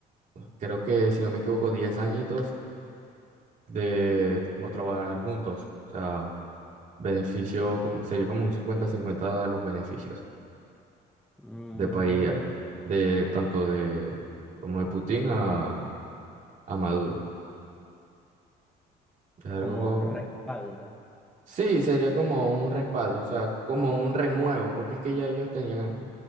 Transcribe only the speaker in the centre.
Mm,
como
un respaldo.